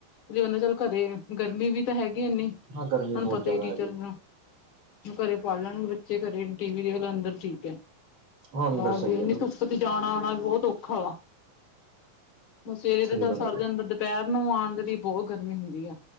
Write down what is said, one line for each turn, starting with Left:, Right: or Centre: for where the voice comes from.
Left: ਵੀ ਐਨਾ ਚੱਲ ਘਰੇ ਗਰਮੀ ਵੀ ਤਾਂ ਹੈਗੀ ਏਨੀ,
Right: ਹਾਂ ਗਰਮੀ
Left: ਹੁਣ
Right: ਬਹੁਤ
Left: ਪਤਾ
Right: ਜ਼ਿਆਦਾ
Left: ਹੀ ਟੀਚਰਜ਼
Right: ਹੈਗੀ
Left: ਨੂੰ ਵੀ ਘਰੇ ਪੜ ਲੈਣਗੇ ਬੱਚੇ ਘਰੇ ਆ ਟੀ ਵੀ ਦੇਖ ਲੈਣ ਅੰਦਰ ਠੀਕ ਐ।
Right: ਹਾਂ ਅੰਦਰ
Left: ਬਾਹਰ
Right: ਸਹੀ
Left: ਵੀ ਇੰਨੀ
Right: ਹੈ
Left: ਧੁੱਪ ਜਾਣਾ ਆਣਾ ਵੀ ਬਹੁਤ ਔਖਾ ਵਾ, ਮ ਸਵੇਰੇ ਤੇ
Right: ਸਹੀ
Left: ਚੱਲ
Right: ਗੱਲ
Left: ਸਰ
Right: ਹੈ
Left: ਜਾਂਦਾ ਦੁਪਿ ਹਰ ਨੂੰ ਆਣ ਦੇ ਲਈ ਬਹੁਤ ਗਰਮੀ ਹੁੰਦੀ ਆ।